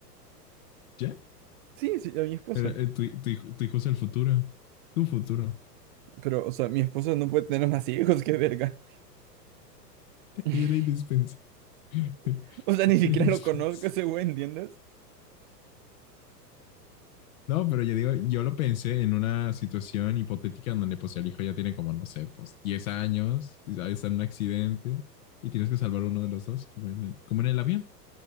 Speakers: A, on the left; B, on the right.
A: ¿Ya?
B: Sí, sí, a mi esposa.
A: Pero, eh, tu, tu hijo, tu hijo es el futuro, tu futuro.
B: Pero, o sea, mi esposa no puede tener más hijos, qué verga. <laughs>
A: Y era indispensable. <laughs>
B: <laughs> O sea,
A: Era
B: ni siquiera
A: indispensable.
B: lo conozco ese güey, ¿entiendes?
A: No, pero yo digo, yo lo pensé en una situación hipotética donde pues el hijo ya tiene como, no sé, pues 10 años, y está en un accidente y tienes que salvar uno de los dos, como en el, como en el avión,